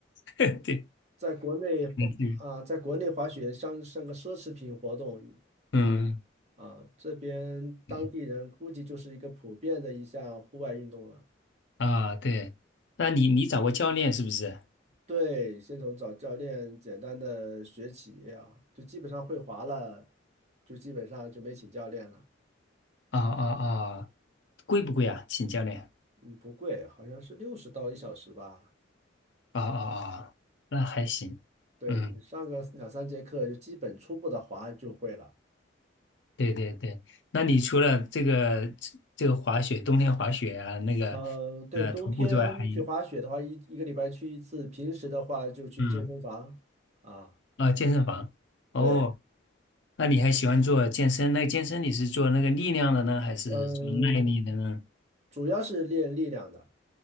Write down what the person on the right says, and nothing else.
在国内滑啊，
在国内滑雪像像个奢侈品活动
啊，这边当地人估计就是一个普遍的一项户外运动了。
对，先从找教练简单的学起啊，就基本上会滑了，就基本上就没请教练了。
嗯，不贵，好像是六十到一小时吧。
对，
你上个两三节课就基本初步的滑就会了。
嗯，对，
冬天去滑雪的话，
一一个礼拜去一次，平时的话就去健身房啊。
对，
嗯，主要是练力量的，